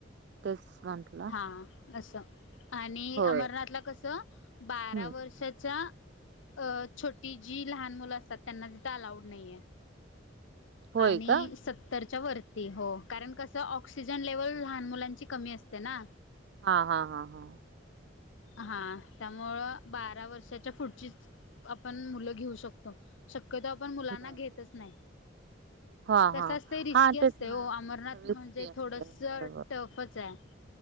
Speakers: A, on the right; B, on the left.
A: तेच म्हंटलं
B: हा असं. आणि
A: होय
B: अमरनाथला कसं बारा
A: हम्म
B: वर्षाच्या अ छोटी जी लहान मुलं असतात त्यांना तिथं अलाउड नाहीय.
A: होय
B: आणि
A: का
B: सत्तरच्या वरती हो कारण कस ऑक्सिजन लेवल लहान मुलांची कमी असते ना?
A: हा हा हा हा.
B: हा त्यामुळं बारा वर्षाच्या पुढचीच आपण मुलं घेऊ शकतो. शक्यतो आपण मुलांना
A: बर
B: घेतच
A: बर
B: नाही.
A: हा.
B: कस
A: हा
B: असतय रिस्की
A: हा
B: असतय
A: तेच ना
B: ओ अमरनाथ
A: रिस्की
B: म्हणजे
A: असते
B: थोडंसं
A: बरोबर
B: टफच आहे.